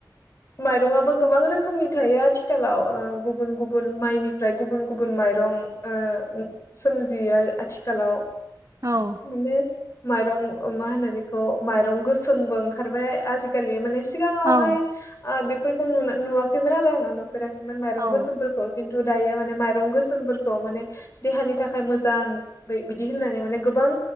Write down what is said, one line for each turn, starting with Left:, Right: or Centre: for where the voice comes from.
Left: <inaudible> माइरङाबो गोबां रोखोमनि थायो आथिखालाव ओ गुबुन गुबुन माइनिफ्राय गुबुन गुबुन माइरं ओ सोमजियो आथिखालाव
Right: औ
Left: मोनो माइरं मा होनो बेखौ माइरं गोसोमबो ओंखारबाय आजिखालि माने सिगां
Right: औ
Left: ओ बेफोरखौ नुवाखैमोन आरो आङो नुफेराखैमोन माइरं
Right: औ
Left: गोसोमफोरखौ। खिनथु दायो माने माइरं गोसोमफोर खौ माने देहानि थाखाय मोजां बै बिदि होननानै माने गोबां